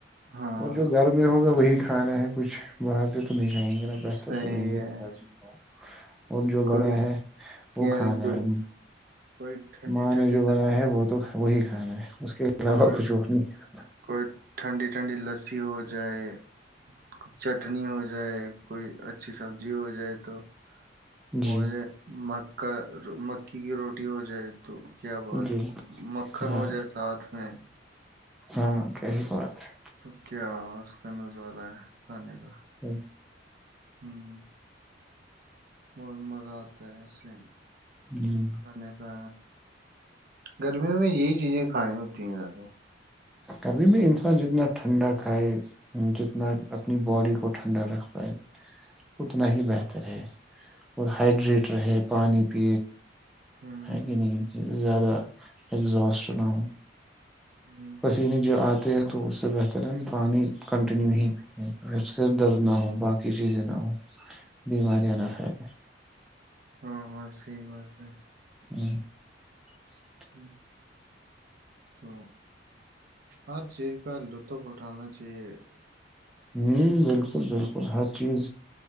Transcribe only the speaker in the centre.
اور جو گھر میں ہوگا وہی کھا رہے ہیں کچھ باہر سے تو نہیں
جائیں گے نا بہتر تو وہ
اور جو
بنا ہے
وہ کھانا
ہے
ماں
نے جو بنا ہے وہ تو تو وہی ہ اس کے خلاف
اور کچھ وہ نہیں
جی
جی
ہاں
ہاں کہسی کوات ہے
ہوں
ہ
گرمی میں انسان جتنا ٹھنڈا کھائے جتنا اپنی باڈی کو ٹھنڈا رکھ پائے اتنا
ہی بہتر ہے اور ہائڈریٹ
رہے پانی پ
ہے کہ نہیں زیادہ اگزاسٹ نہ ہو
پسینے جو آتے تو اس سے بہتر ہے پانی کنٹینیو ہی پییں صر درد نہ ہو باقی چیزیں نہ ہوں بیماریاں نہ پھیلیں
جی <inaudible>
ہ بالکل بالکل ہر چیز